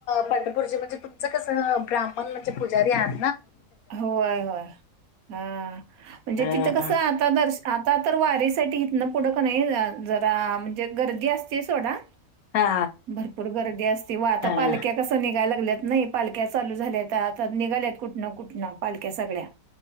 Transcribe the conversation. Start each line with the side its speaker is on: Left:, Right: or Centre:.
Left: पंढपुरचे म्हणजे तुमचं कसं ब्राह्मण म्हणजे पुजारी आण
Right: होय होय हा म्हणजे
Left: हा
Right: तिथं कसं आता दर्शन आता तर वारीसाठी इथनं पुढं कानि नाही जरा म्हणजे गर्दी असते सोडा
Left: हा
Right: भरपुर गर्दी असते व आता
Left: हा
Right: पालख्या कसं नि निघायला लागल्यात नाही पालख्या चालु झाल्यात आता निघाल्यात कुठनं कुठनं पालख्या सगळ्या